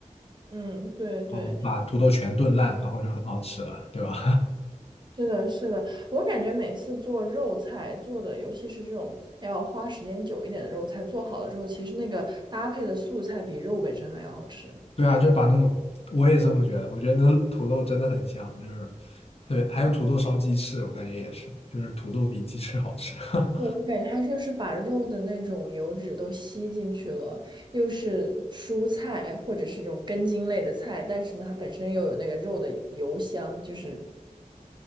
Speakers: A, on the right (about 35°); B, on the left (about 50°).
A: 嗯，对对。
B: 嗯，把土豆全炖烂，然后就很好吃了，对吧？
A: 是的，是的，我感觉每次做肉菜做的，尤其是这种要花时间久一点的肉菜，做好了之后，其实那个搭配的素菜比肉本身还要好吃。
B: <laughs> 对啊，就把那个，我也这么觉得，我觉得那土豆真的很香，就是特别，还有土豆烧鸡翅，我感觉也是，就是土豆比鸡翅好吃。<laughs>
A: 对，我感觉它就是把肉的那种油脂都吸进去了，又是蔬菜或者是这种根茎类的菜，但是呢，它本身又有那个肉的油香，就是